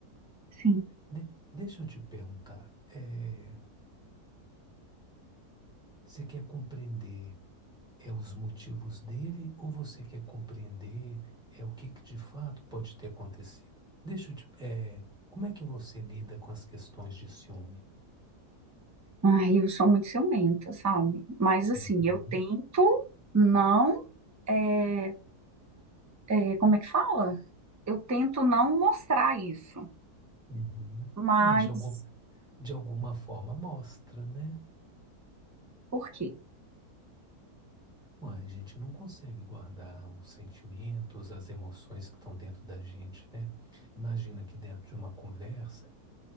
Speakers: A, on the right; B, in the centre.
A: sim.
B: De- deixa eu te perguntar, eh, você quer compreender é, os motivos dele ou você quer compreender é, o que que de fato pode ter acontecido? Deixa eu te, é como é que você lida com as questões de ciúme?
A: Ai, eu sou muito ciumenta, sabe? Mas assim,
B: Uhum,
A: eu tento não eh, é, como é que fala? Eu tento não mostrar isso,
B: uhum.
A: mas
B: Mas de algum, de alguma forma mostra, né?
A: por quê?
B: Ué, a gente não consegue guardar os sentimentos, as emoções que estão dentro da gente, né? Imagina que dentro de uma conversa,